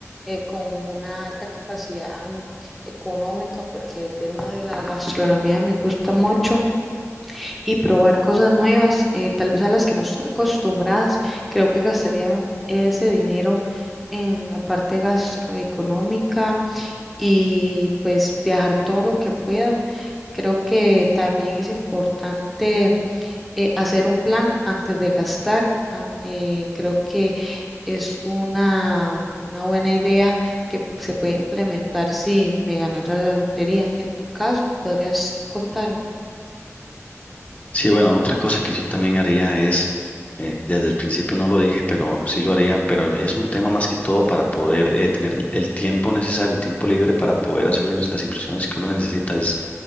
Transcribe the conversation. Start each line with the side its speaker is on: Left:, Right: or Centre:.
Centre: eh, con una alta capacidad mm, económica, porque el tema de la gastronomía me gusta mucho y probar cosas nuevas, eh, tal vez a las que no estoy acostumbradas, creo que gastaría ese dinero en la parte gastroeconómica y pues viajar todo lo que pueda. Creo que también es importante eh, hacer un plan antes de gastar. ah, eh, creo que es una, una buena idea que se puede implementar si me ganara la lotería. En tu caso, podrías contarme.
Left: Sí, bueno, otra cosa que yo también haría es, eh, desde el principio no lo dije, pero sí lo haría, pero es un tema más que todo para poder eh, tener el tiempo necesario, el tiempo libre para poder hacer la ins- las impresiones que uno necesita, es,